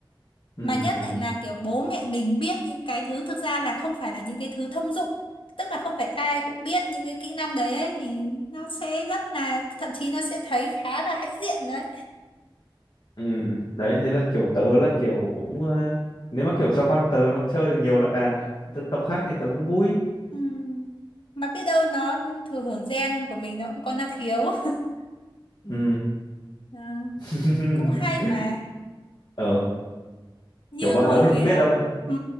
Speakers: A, on the left; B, on the left.
A: ừ
B: Mà nhất
A: ừ
B: lại là kiểu bố mẹ mình biết những cái thứ thực ra là không phải là những cái thứ thông dụng. Tức là không phải ai cũng biết những cái kỹ năng đấy ấy, thì nó sẽ rất là thậm chí nó sẽ thấy khá là hãnh diện đấy.
A: ừ đấy thế là kiểu tớ là kiểu cũng ờ, nếu mà kiểu cho con tớ nó chơi được nhiều loại đàn dân tộc khác thì tớ cũng vui
B: Ừm, Mà biết đâu nó thừa hưởng gen của mình nó cũng có năng khiếu. <laughs>
A: ừ
B: À,
A: <laughs>
B: cũng hay mà.
A: ờ
B: như
A: kiểu vợ
B: hồi
A: tớ thì không biết
B: à,
A: đâu nên,
B: ừ,